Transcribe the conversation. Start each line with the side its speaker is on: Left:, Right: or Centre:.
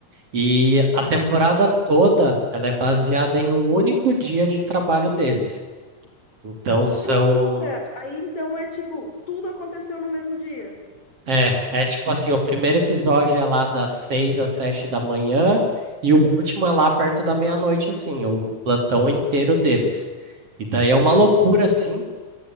Right: e
Left: Aham.
Right: a temporada toda ela é baseada em um único dia de trabalho deles. Então são
Left: Que loucura! Aí então é tipo, tudo aconteceu no mesmo dia.
Right: É, é tipo assim, o primeiro episódio é lá das seis às sete da manhã e o último é lá perto da meia-noite, assim, o plantão inteiro deles. E daí é uma loucura, assim,